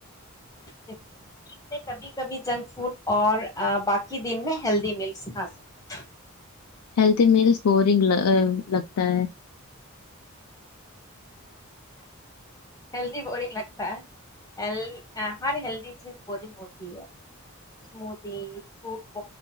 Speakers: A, on the left (about 15°); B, on the left (about 85°).
A: ھیک میں کبھی کبھی جنک فوڈ اور باقی دن میں ہیلدی ملس کھا سکتے ہیں
B: ہیلتھی میلز بورنگ لگتا ہے
A: ہیلدی بورگ لگتا ہے ہر ہیلدی چیز بورگ ہوتی ہے اسمی فوٹ ب